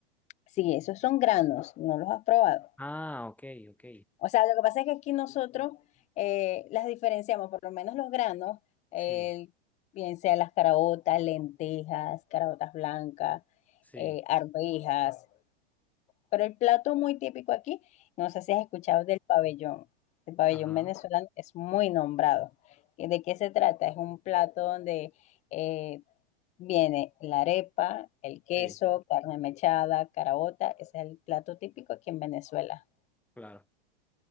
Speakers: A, on the left; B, in the centre.
A: Sí, esos son granos, no los has probado.
B: Ah, ok, ok.
A: O sea, lo que pasa es que aquí nosotros eh, las diferenciamos, por lo menos los granos, eh,
B: Sí,
A: bien sea las caraotas, lentejas, caraotas blancas,
B: sí.
A: eh, arvejas, Pero el plato muy típico aquí, no sé si has escuchado del pabellón. El pabellón
B: Ajá,
A: venezolano es muy nombrado. ¿De qué se trata? Es un plato donde eh, viene la arepa, el queso,
B: sí.
A: carne mechada, caraota Ese es el plato típico aquí en Venezuela.
B: Claro.